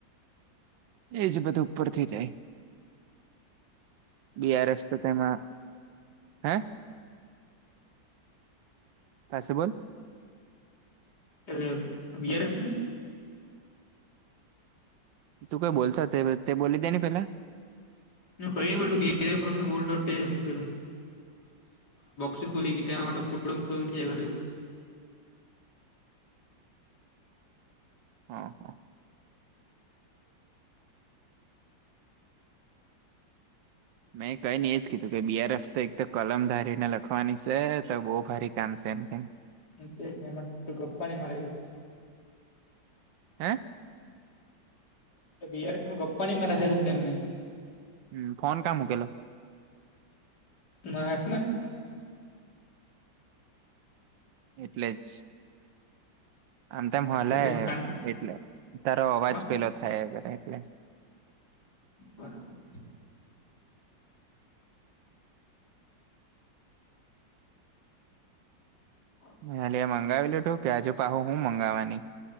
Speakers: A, on the right; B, on the left.
A: એજ બધું ઉપરથી જાય. બીઆરએસ તો તેમાં હે? પાસું બોલ.
B: એટલે બીઆરએફ હું?
A: તું કઈ બોલતો હતો તે બોલી દે ને પેલા.
B: ના કઈ ની બોલતો બીઆર એફ હતું બોલતો તે એમ <inaudible> ફુડુમ ફુડુમ થયા કર્યું.
A: હા હા મેં કઈ નહીં એજ કીધું કે બીઆરએફ તો એક તો કલમ ધારીને લખવાની છે તો બહુ ભારી કામ સે એમ તેમ.
B: હા તેજને એમાં તો ગપ્પા ની મારી
A: હે
B: તો બીઆરએફમાં ગપ્પા ની મારે તું કેમને.
A: હમ ફોન કા મૂકેલો?
B: મારા હાથમાં જ
A: એટલે જ આમ તેમ હલે
B: એટલે એનું
A: હે
B: કાન
A: એટલે. તારો અવાજ
B: હા
A: પેલો થાય હે કટ એટલે.
B: બરાબર. હા
A: એટલે મંગાવી લીધું કે આજે પાહુ હું મંગાવાની?